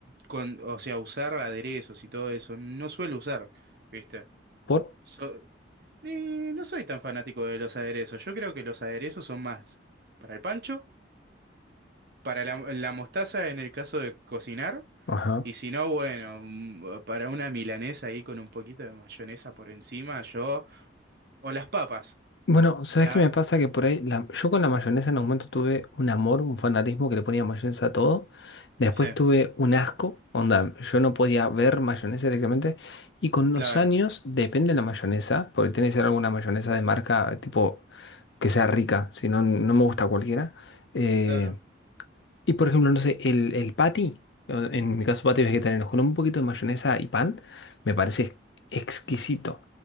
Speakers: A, on the right; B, on the left.
A: con, o sea, usar aderezos y todo eso, no suelo usar, ¿viste?
B: ¿Por?
A: So- eh, no soy tan fanático de los aderezos, yo creo que los aderezos son más para el pancho, para la, la mostaza en el caso de cocinar,
B: Ajá.
A: y si no, bueno, mm, para una milanesa ahí con un poquito de mayonesa por encima, yo, o las papas,
B: Bueno, ¿sabes
A: la,
B: qué me pasa? Que por ahí, la- yo con la mayonesa en un momento tuve un amor, un fanatismo que le ponía mayonesa a todo. Después
A: sí,
B: tuve un asco, onda, yo no podía ver mayonesa directamente. Y con los
A: claro,
B: años, depende de la mayonesa, porque tiene que ser alguna mayonesa de marca, eh, tipo, que sea rica, si no, no me gusta cualquiera. Eh,
A: claro,
B: y por ejemplo, no sé, el, el patty, eh, en mi caso patty vegetariano, con un poquito de mayonesa y pan, me parece exquisito.